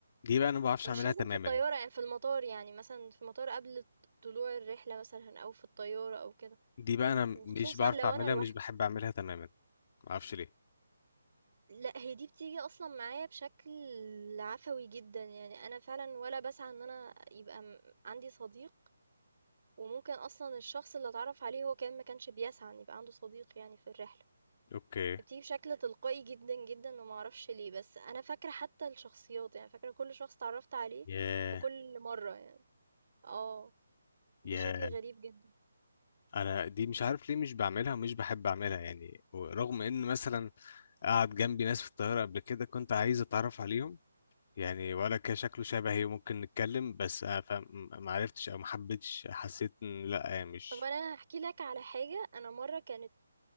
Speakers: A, on the left; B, on the right.
A: دي بقى انا ما بعرفش
B: مش
A: اعملها
B: لازم
A: تماما
B: في الطيارة يعني في المطار يعني مثلا في المطار قبل طلوع الرحلة مثلا أو في الطيارة أو كده
A: دي بقى انا
B: وخصوصًا
A: مش بعرف
B: لو
A: اعملها
B: أنا لوحدي،
A: مش بحب اعملها تماما ما اعرفش ليه
B: لأ هي دي بتيجي أصلًا معايا بشكل عفوي جدًا، يعني أنا فعلًا ولا باسعى إن أنا يبقى م عندي صديق، وممكن أصلًا الشخص اللي أتعرّف عليه هو كمان ما كانش بيسعى إن يبقى عنده صديق يعني في الرحلة،
A: اوكي
B: بتيجي بشكل تلقائي جدًا، جدًا وما أعرفش ليه، بس أنا فاكرة حتى الشخصيات، يعني فاكرة كل شخص اتعرّفت عليه
A: ياه
B: في كل مرّة يعني، آه،
A: ياه
B: بشكل غريب جدًا.
A: انا دي مش عارف ليه مش بعملها ومش بحب اعملها يعني رغم ان مثلا قعد جنبي ناس في الطياره قبل كده كنت عايز اتعرف عليهم يعني ولا كان شكله شبهي وممكن نتكلم بس آه، فم- ما عرفتش او ما حبيتش حسيت ان لا آه، مش
B: طَب أنا هاحكي لك على حاجة، أنا مرّة كانت